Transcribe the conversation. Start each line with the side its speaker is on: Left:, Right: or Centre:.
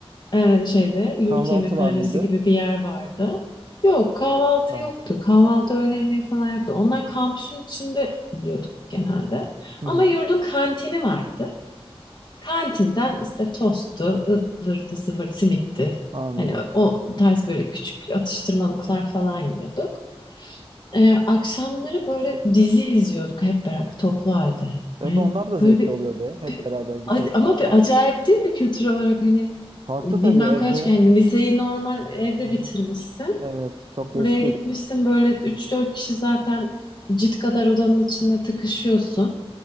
Left: e, şeyde yurt
Right: Kahvaltı
Left: yemekhanesi
Right: var mıydı?
Left: gibi bir yer vardı. Yok kahvaltı
Right: Kahvaltı.
Left: yoktu. Kahvaltı öğle yemeği falan yoktu. Onlar kampüsün içinde yiyorduk genelde.
Right: Hı
Left: Ama
Right: hı,
Left: yurdun kantini vardı. Kantinden işte tosttu, ıvırdı, zıvır, simitti.
Right: anladım.
Left: Hani o tarz böyle küçük atıştırmalıklar falan yiyorduk. Ee, akşamları böyle dizi izliyorduk hep beraber toplu halde.
Right: Evet,
Left: Yani
Right: onlar da zevkli
Left: böyle bir,
Right: oluyor be. Hep
Left: bir-
Right: beraber bir
Left: a-
Right: şey
Left: ama
Right: yapmak.
Left: bir acayip değil mi kültür olarak hani
Right: Farklı
Left: bilmem
Right: tabii evde.
Left: kaç yani liseyi normal evde
Right: Hı hı.
Left: bitirmişsin.
Right: Evet, çok
Left: Oraya
Right: değişik geliyor.
Left: gitmişsin böyle üç dört kişi zaten cid kadar odanın içinde tıkışıyorsun.